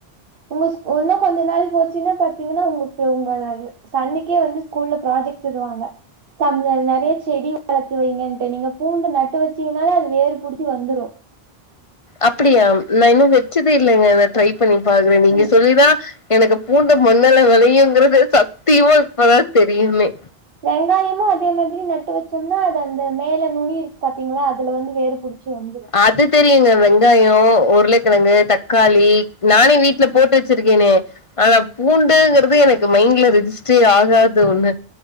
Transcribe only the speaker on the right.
உங்கஸ் உன்னு கொஞ்ச நேர் போச்சின்னா பாத்தீங்கன்னா உங்ளுக்கு உங்களது சன்னுக்கே வந்து ஸ்கூல்ல ப்ராஜெக்ட் தருவாங்க சன்லல் நறைய செடி வளத்து வைங்கன்ட்டு நீங்க பூண்டு நட்டு வச்சீங்கனாலே அது வேறு புடிச்சி வந்துரு
ம்
வெங்காய்மு அதே மாதிரி நட்டு வச்சோம்னா அது அந்த மேல நுனி இருக் பாத்தீங்களா அதுல வந்து வேர் புடிச்சி வந்துரு